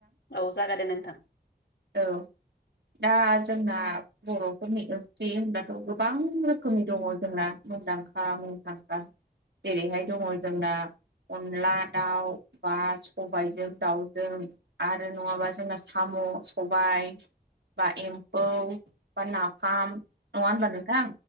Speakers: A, on the left (about 80°); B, on the right (about 85°).
A: औ जागायदो नोंथां।
B: औ दा जोंना बर'फोरनि ओंख्रि होनब्लाथ' गोबां रोखोमनि दङ जोंना मुदां खा मुंदांखा जेरैहाय दङ जोंना। अनला दाउ बा सबाइजों दाउजों आरो नङाबा जोंना साम'। सबाय बा एम्फौ बा नाफाम नङा होनबा नोंथां।